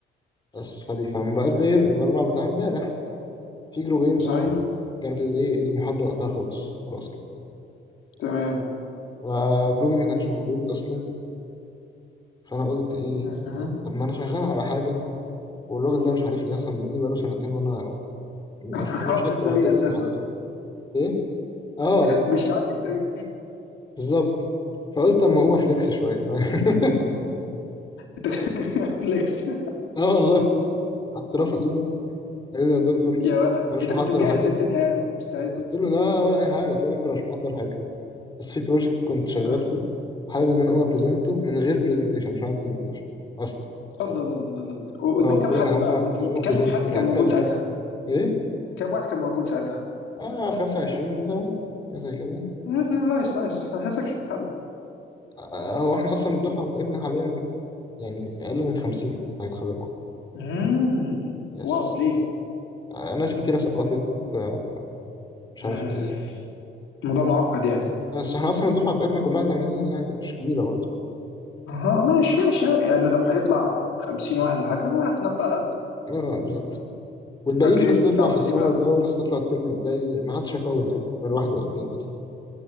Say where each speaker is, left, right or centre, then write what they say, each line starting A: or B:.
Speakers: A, on the left; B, on the left.
A: بس فبيفهم بقاش غير الأربع بتاع امبارح في جروبين
B: صحيح
A: قاموا كانت الايه المحاضرة وقتها خلص خلاص كده
B: تمام
A: فجروبي ما كانش موجود أصلا فأنا قلت إيه
B: مهم.
A: طب ما أنا شغال على حاجة والراجل ده مش عارفني أصلا بيديني بقاله سنتين وأنا مش
B: <laughs>
A: أنا
B: هو
A: مش
B: مش
A: أكتب
B: التمرين
A: على طول
B: اساسا
A: في المحاضرات إيه؟ آه آه
B: مش عارف إيه التمرين
A: بالظبط فقلت أما أقوم أفليكس شوية <laughs>
B: انت <laughs> كنت- فليكس
A: آه والله رحت رافع إيدي قال لي يا دكتور
B: يا ولد
A: أنا مش
B: انت
A: محضر
B: كنت مجهز
A: حاجة
B: الدنيا يعني ومستعد
A: قلت له لا ولا أي حاجة قلت له يا دكتور أنا مش محضر حاجة بس في بروجكت كنت شغال
B: اه.
A: فيه حابب إن أنا أقوم أبريزنته من غير برزنتيشن مش معايا برزنتيشن اصلا.
B: الله الله الله الله الله. وقدام
A: اه قلت
B: كم
A: له
B: حد
A: انا هقوم
B: بقى
A: أب-
B: قدام-
A: هقوم ابريزنت
B: كم حد
A: كده
B: كان
A: هتكلم
B: موجود ساعتها
A: ايه
B: كم واحد كان موجود ساعتها
A: اه 25 مثلا حاجه زي كده
B: مهم. نايس نايس سكشن حلو
A: آه، هو احنا اصلا الدفعه بتاعتنا حاليا يعني اقل من 50 هيتخرجوا
B: مم.
A: يس
B: واو ليه
A: آه، ناس كتيره سقطت آه، مش
B: مم.
A: عارف ايه
B: الموضوع معقد يعني
A: بس احنا اصلا الدفعه بتاعتنا كلها 80 يعني مش كبيره برضه
B: ها ماشي ماشي يعني لو هيطلع 50 واحد ولا حاجه ما نضطهد
A: اه بالظبط والباقيين
B: اوكي
A: في ناس هتطلع
B: فعملت
A: في السمر
B: ايه بقى؟
A: ده وناس هتطلع الترم الجاي ما حدش هيطول يعني غير واحده او اتنين بس